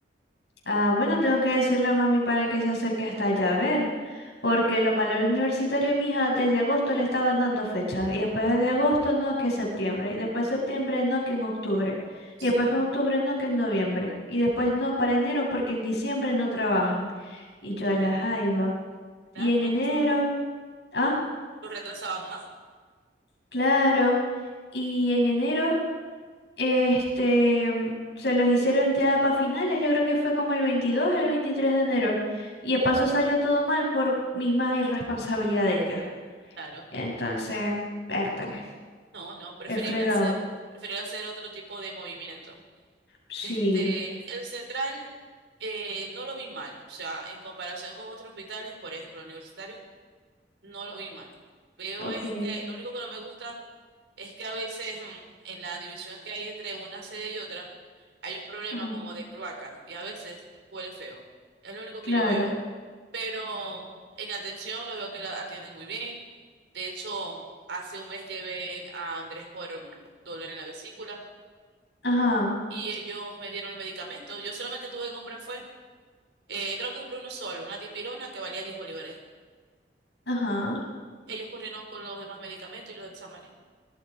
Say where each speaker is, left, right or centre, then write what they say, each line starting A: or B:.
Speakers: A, on the left; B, on the right.
A: Ah, bueno, tengo que decirle a mami para que se acerque hasta allá a ver, porque lo malo del universitario, mija, desde agosto le estaban dando fecha, y después de agosto no, que septiembre, y después septiembre no, que en octubre,
B: Sí,
A: y después que en octubre no, que en noviembre, y después no para enero porque en diciembre no trabajan, y yo
B: qué
A: a
B: horrible.
A: la jaiba,
B: Claro,
A: y en
B: lo
A: enero,
B: retrasaban más.
A: ah,
B: Lo retrasaban más,
A: claro, y en enero. Este, mm, se los hicieron ya para finales, yo creo que fue como el 22, el 23 de enero. Y de paso salió todo mal por misma irresponsabilidad de ellos.
B: claro.
A: Entonces, vértale,
B: No, no, preferible
A: es fregado.
B: hacer, preferible hacer otro tipo de movimiento.
A: Sí,
B: Este, el central eh, no lo vi mal, o sea, en comparación con otros hospitales, por ejemplo, universitarios no lo vi mal. Veo
A: ok,
B: es que lo único que no me gusta es que a veces mm, en la división que hay entre una sede y otra hay un problema
A: ajá,
B: como de cloaca y a veces huele feo. Es lo único que
A: claro,
B: yo veo. Pero en atención lo veo que la atienden muy bien. De hecho, hace un mes llevé a Andrés por mm, dolor en la vesícula
A: ajá,
B: y ellos me dieron los medicamentos. Yo solamente tuve que comprar fue, eh, creo que compré uno solo, una dipirona que valía 10 bolívares.
A: ajá.
B: Ellos corrieron con los demás medicamentos y los exámenes.